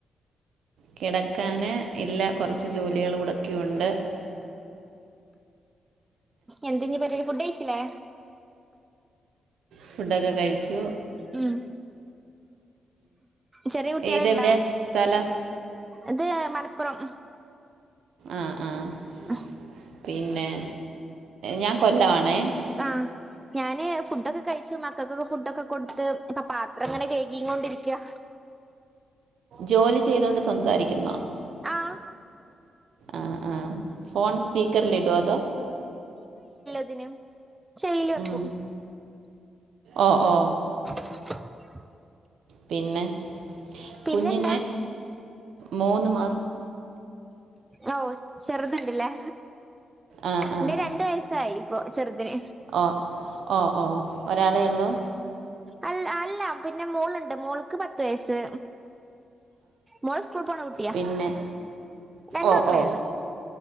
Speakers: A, on the right (about 80°); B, on the right (about 20°).
A: കിടക്കാന് ഇല്ല കൊറച്ച് ജോലികൾ കടക്ക ബാക്കിയുണ്ട്
B: എന്തെ ഇനി പരുപാടി ഫുഡ് കഴിച്ചില്ലേ
A: ഫുഡൊക്കെ കഴിച്ചു
B: ഉം ചെറിയ കുട്ടിയാലുണ്ടാ
A: ഏ, ഇതെവിടെ സ്ഥലം
B: ഇത് മലപ്പുറം
A: ആഹ ആഹ് <unintelligible>
B: ആ
A: പിന്നെ ഞാൻ കൊല്ലം ആണേ
B: ആഹ് ഞാന് ഫുഡൊക്കെ കഴിച്ചു മക്കൾക്കൊക്കെ ഫുഡൊക്കെ കൊടുത്ത് അപ്പൊ പാത്രം അങ്ങനെ കഴകി കൊണ്ടിരിക്കുക
A: ജോലി ചെയ്തോണ്ട് സംസാരിക്കുന്നോ
B: ആഹ്
A: ആ ആ ഫോൺ സ്പീക്കറൽ ഇടുവോ അതോ
B: അതിനും ചെയില് വെക്കൂ
A: ആ ഓ ഓ
B: <inaudible>
A: പിന്നെ
B: പിന്നെന്താ
A: കുഞ്ഞ മൂ <unintelligible>
B: ഓ ചെറുതുണ്ടില്ലേ
A: ആ ആ
B: എന്റെറെ രണ്ടു വയസായി ഇ ചെറുതിന്
A: ഓ ഓ ഓ ഒരാളേ ഉള്ളൂ
B: അ അല്ല പിന്നെ മോൾുണ്ട് മോൾക്ക് പത്ത് വയസ് മോള് സ്കൂൾ പണ ഊട്ടയാ
A: പിന്നെ
B: രണ്ട
A: ഓ
B: മക്കളെ
A: ഓ
B: ഉള്ളു